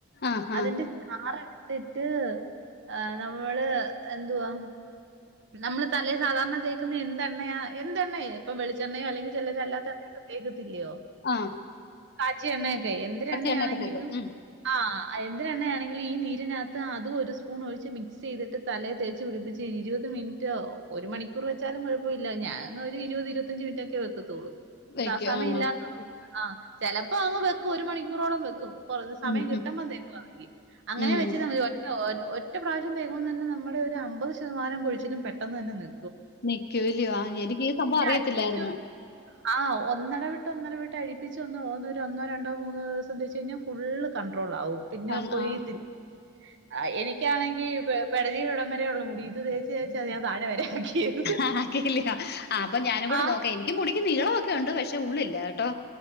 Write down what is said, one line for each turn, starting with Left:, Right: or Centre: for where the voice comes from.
Left: ആ ആ
Right: അതിന്റെ ആറ് എടുത്തിട്ട് ആഹ് നമ്മള് എന്തുവാ നമ്മള് തലെ സാധാർണ തേക്ക്ന്നെന്തെണ്ണയ എന്തെണ്ണയെ ഇപ്പൊ വെളിച്ചെണ്ണയൊ അല്ലെങ്കി ചെലര് അല്ലാത്ത പ്പൊ തേക്കത്തിൽയോ
Left: ആഹ്
Right: കാച്ചിയ എണ്ണയൊക്കെയ് എന്തെരെണ്ണയാണെങ്കിലും
Left: എണ്ണയൊക്കെ തേക്കും ഉം
Right: ആഹ് അ എന്തെരെണ്ണയാണെങ്കിലു ഈ നീരിനകത്ത് അതു ഒരു സ്പൂൺ ഒഴിച്ച് മിക്സിയേത്ട്ട് തലേ തേച്ച് പിടിപ്പിച്ച് കെയ്ഞ്ഞ് ഇരുവത് ത്ത് മിൻറ്റോവ് ഒരു മണിക്കൂറ് വച്ചാലും കൊഴപ്പയില്ല ഞാങ്ങ് ഒരു ഇരുപത് ഇരുപത്തഞ്ച് മിനിറ്റ് ഒക്കെ വെക്കത്തൊള്ളൂ
Left: വെക്കും
Right: സാ സമയല്ലാത്ത
Left: ആ ആ
Right: തു ആ ചെലപ്പോ അങ്ങ് വെക്കും ഒരു മണിക്കൂറോളം വെക്കും കൊറ റ് സമയം
Left: ഉം
Right: കിട്ടുമ്പോ
Left: ഉം
Right: തേക്കു <unintelligible> അങ്ങനെ
Left: ഉം
Right: വെച്ച് <unintelligible> ഒ-ഓൻ ഒറ്റ പ്രാവശ്യം തേക്കുമ്മ തന്നെ നമ്മുടെ ഒരു അമ്പത് ശതമാനം കൊഴിച്ചിലും പെട്ടെന്നന്നെ നി
Left: നിക്കൂലയോ ആ എനിക്ക് ഈ സംഭവം അറിയത്തില്ലായിരുന്നു
Right: <inaudible> അടിപ്പിച്ചു ആഹ് ഒന്നട വിട്ട് ഒന്നട വിട്ട് അരിപ്പിച്ച് ഒന്ന് ഓന്നൊരു ഒന്നോ രണ്ടോ മൂന്നോ ദെവസം തേച്ചേഞ്ഞു ഫുള്ള് കൺണ്ട്രോൾ ആവും പിന്നെ
Left: കൺ
Right: കൊഴിയത്തിൽ
Left: ആ
Right: ഏർ എനിക്കാണെങ്കി പെ-പെടലി ഇവടം വരെ ഒള്ളു മുടി ഇത് തേച്ച് <unintelligible> ഞാൻ താഴെ വരെ ആക്കിയത്.
Left: ആഹ് അപ ഞാനുങ്കൂടെ
Right: ആഹ്
Left: നോക്കെ ൻ്റെ മുടിക്ക് നീളവൊക്കെ ഉണ്ട് പക്ഷെ ഉള്ളില്ല കേട്ടോ